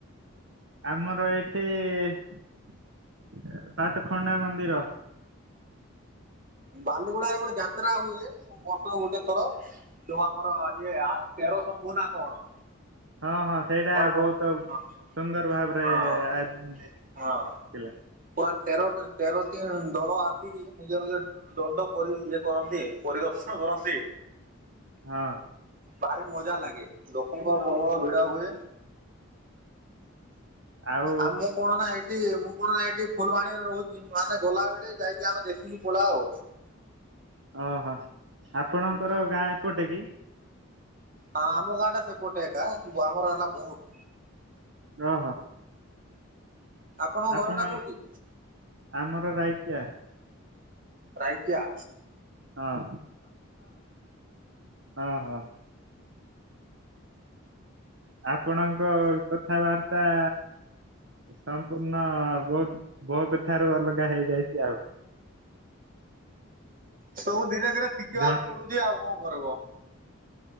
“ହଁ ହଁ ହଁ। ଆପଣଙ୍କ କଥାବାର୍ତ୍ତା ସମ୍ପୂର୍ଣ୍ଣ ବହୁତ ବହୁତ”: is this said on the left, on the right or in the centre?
Right